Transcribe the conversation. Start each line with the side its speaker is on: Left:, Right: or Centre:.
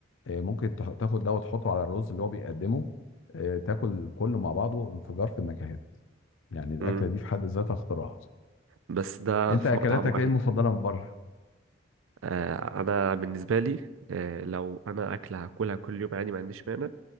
Left: آه، ممكن تح- تاخد ده وتحطه على الرز اللي هو بيقدمه آه، تاكل كله مع بعضه انفجار في النكهات يعني الاكله
Right: مم.
Left: دي في حد ذاتها اختراع
Right: بس ده
Left: انت
Right: في
Left: اكلاتك
Right: مطعم واحد
Left: ايه المفضله من بره
Right: آه انا بالنسبه لي آه لو انا اكله هاكلها كل يوم عادي ما عنديش مانع